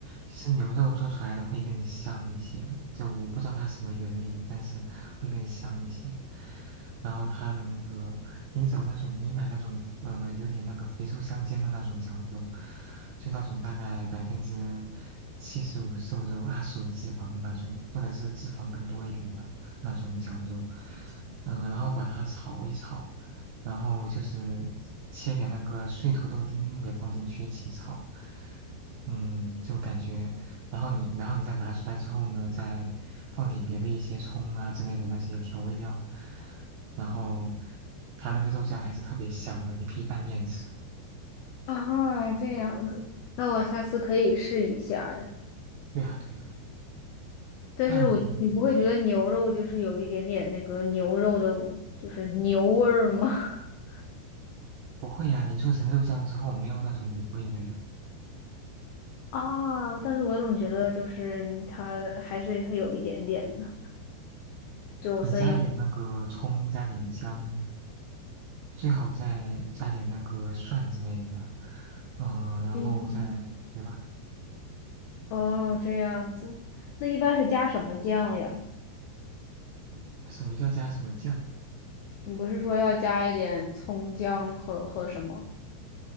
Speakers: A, on the right; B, on the left.
A: 其实牛肉做出来的会更香一些，就我不知道它什么原理，但是会更香一些。然后它的那个，你找那种，你买那种，呃，有点那个肥瘦相间的那种绞肉，就那种大概百分之七十五瘦肉，二十五脂肪的那种，或者是脂肪更多一点的那种绞肉，嗯，然后把它炒一炒，然后就是切点那个碎土豆丁也放进去一起炒，嗯，就感觉，然后你，然后你再拿出来之后呢，再放点别的一些葱啊之类的那些调味料，然后它那个肉酱还是特别香的，你可以拌面吃。
B: 啊，这样子，那我下次可以试一下呀。
A: 对啊，对啊，
B: 但是我，
A: 那你平，
B: 你不会觉得牛肉就是有一点点那个牛肉的，
A: 嗯，
B: 就是牛味儿吗？<laughs>
A: 不会呀、你做成肉酱之后没有那种油味了呀？
B: 啊，但是我总觉得就是它还是会有一点点的，就所以，
A: 你加点那个葱，加点姜。最好再加点那个蒜之类的，嗯、然后再对吧？
B: 嗯，哦，这样子，那一般是加什么酱呀？
A: 什么叫加什么酱？
B: 你不是说要加一点葱姜和和什么？